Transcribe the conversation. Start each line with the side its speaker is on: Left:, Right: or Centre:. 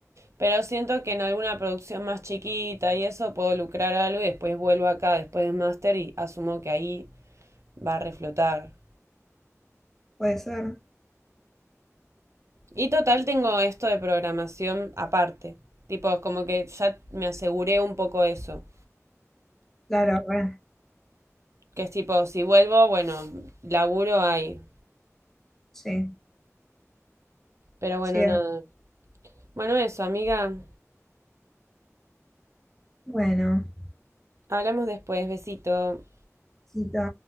Right: Pero siento que en alguna producción más chiquita y eso puedo lucrar algo y después vuelvo acá después del máster y asumo que ahí va a reflotar.
Centre: Puede ser.
Right: Y total tengo esto de programación aparte. Tipo, como que ya me aseguré un poco eso.
Centre: Claro, re.
Right: Que es tipo, si vuelvo, bueno, laburo ahí.
Centre: Sí,
Right: Pero bueno,
Centre: sí es.
Right: nada. Bueno, eso, amiga.
Centre: Bueno,
Right: Hablamos después, besito.
Centre: Cito.